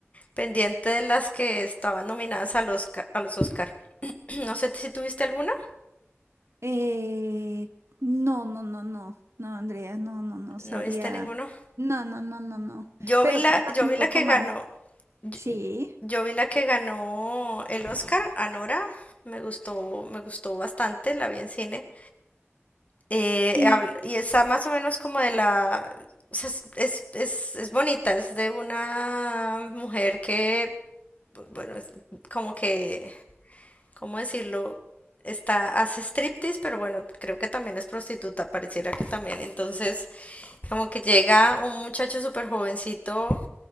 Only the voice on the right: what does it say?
Eh, no, no, no, no, no, Andrea, no, no, no, sabría,
no, no, no, no, no.
Pero
cuéntame
un poco
más,
sí.
Y,